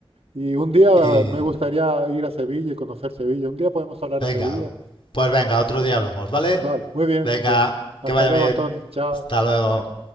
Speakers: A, on the right; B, on the left.
A: y un día
B: y
A: me gustaría ir a Sevilla y conocer Sevilla. Un día podemos hablar
B: Venga,
A: de Sevilla.
B: pues venga, otro día hablamos, ¿vale?
A: Vale, muy bien,
B: Venga,
A: pues hasta
B: que vaya
A: luego,
B: bien.
A: Antonio. Chao.
B: Hasta luego.